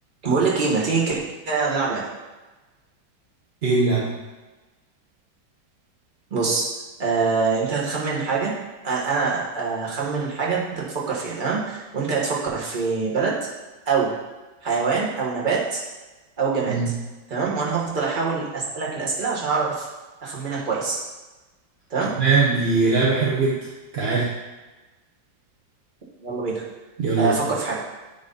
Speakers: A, on the right (about 30°); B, on the right (about 45°).
A: بقول لك ايه ما تيجي كده نلعب لعبه
B: ايه اللعبة؟
A: بص آه، انت هتخمن حاجه انا انا آه، هخمن حاجه انت بتفكر فيها تمام وانت هتفكر في بلد او حيوان او نبات او جماد
B: مم.
A: تمام وانا هفضل احاول اسالك الاسئله عشان اعرف اخمنها كويس تمام
B: تمام دي لعبة حلوة جدا تعال
A: يلا بينا
B: يلا
A: آه،
B: بينا
A: فكر في حاجه